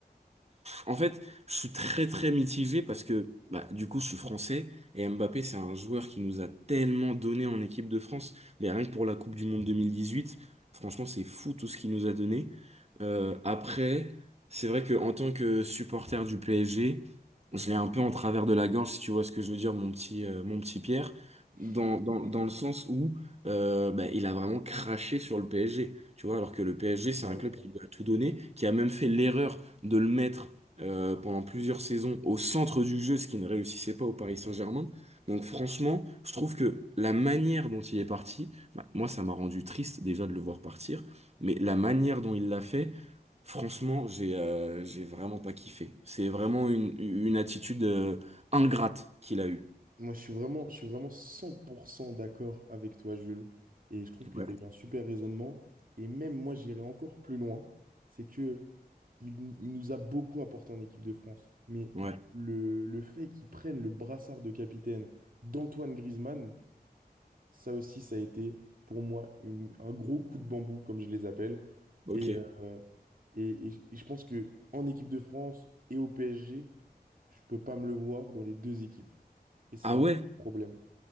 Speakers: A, on the right (about 40°); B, on the right (about 60°).
A: En fait, je suis très très mitigé parce que bah, du coup je suis français et Mbappé c'est un joueur qui nous a tellement donné en équipe de France, mais rien que pour la Coupe du Monde 2018, franchement c'est fou tout ce qu'il nous a donné. Euh, après, c'est vrai que en tant que supporter du PSG, je l'ai un peu en travers de la gorge si tu vois ce que je veux dire mon petit euh, mon petit Pierre,
B: <laughs>
A: dans, dans, dans le sens où euh, bah, il a vraiment craché sur le PSG, tu vois, alors que le PSG c'est
B: Correct,
A: un club
B: toi.
A: qui lui a tout donné, qui a même fait l'erreur de le mettre euh, pendant plusieurs saisons au centre du jeu, ce qui ne réussissait pas au Paris Saint-Germain.
B: Mm.
A: Donc franchement, je trouve que la manière dont il est parti, bah, moi ça m'a rendu triste déjà de le voir partir, mais la manière dont il l'a fait, franchement, j'ai euh, j'ai vraiment pas kiffé. C'est vraiment une, une attitude euh, ingrate qu'il a eue.
B: Moi, je suis vraiment, je suis vraiment 100% d'accord avec toi, Jules. Et je trouve que
A: Ouais.
B: tu as eu un super raisonnement. Et même moi, j'irais encore plus loin. C'est que il, il nous a beaucoup apporté en équipe de France. Mais
A: Ouais.
B: le, le fait qu'il prenne le brassard de capitaine d'Antoine Griezmann, ça aussi, ça a été pour moi une- un gros coup de bambou, comme je les appelle.
A: Ok.
B: Et, euh, et, et je et je pense que en équipe de France et au PSG, je peux pas me le voir dans les deux équipes. Et c'est
A: Ah
B: un
A: ouais?
B: problème.